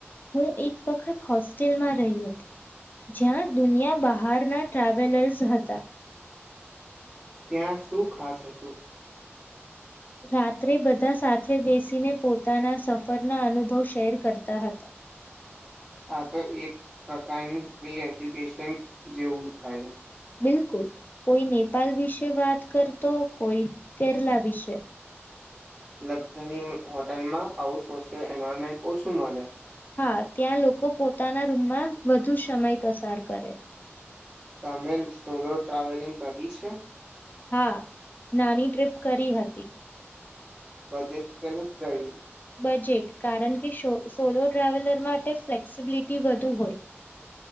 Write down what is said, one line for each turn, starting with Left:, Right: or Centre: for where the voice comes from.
Left: હું એક વખત હોસ્ટેલમાં રહી હતી જ્યાં દુનિયા બહારના ટ્રાવેલર્સ હતા.
Centre: ત્યાં શું ખાસ હતું?
Left: રાત્રે બધા સાથે બેસીને પોતાના સફરના અનુભવ શેર કરતા હતા.
Centre: આ તો એક પ્રકારની ફ્રી એજ્યુકેશન જેવું થયું.
Left: બિલકુલ કોઈ નેપાલ વિશે વાત કરતો કોઈ કેરલા વિશે.
Centre: લક્ઝરી હોટલમાં આવું સોશિયલ એન્વાયરમેન્ટ ઓછું મળે.
Left: હા ત્યાં લોકો પોતાના રૂમમાં વધુ સમય પસાર કરે.
Centre: તમે સોલો ટ્રાવેલિંગ કરી છે?
Left: હા નાની ટ્ર્રીપ કરી હતી.
Centre: બજેટ તને થઈ?
Left: બજેટ કારણ કે સો સોલો ટ્રાવેલર માટે ફ્લેક્સિબિલિટી વધુ હોય.